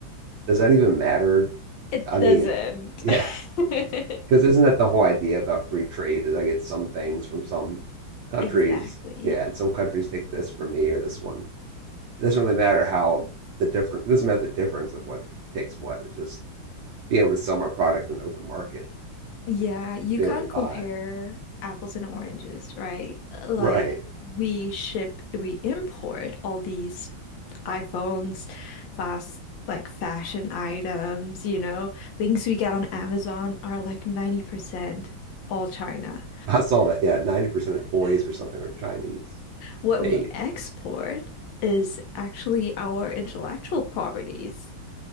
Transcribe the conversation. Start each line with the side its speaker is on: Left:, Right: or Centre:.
Right: Does that even matter?
Left: it
Right: I mean,
Left: doesn't.
Right: yeah,
Left: <laughs>
Right: Because isn't that the whole idea about free trade? Is I get some things from some countries,
Left: Exactly.
Right: yeah, and some countries take this from me or this one. It doesn't really matter how the difference. It doesn't matter the difference of what takes what. It's just being able to sell my product in an open market
Left: Yeah, you
Right: and being
Left: can't
Right: able to buy.
Left: compare apples and oranges, right? Like
Right: Right.
Left: we ship, we import all these iPhones, fast like fashion items, you know, things we get on Amazon are like 90% all China.
Right: <laughs> I saw that. Yeah, ninety percent of toys or something are Chinese
Left: What
Right: made.
Left: we export is actually our intellectual properties,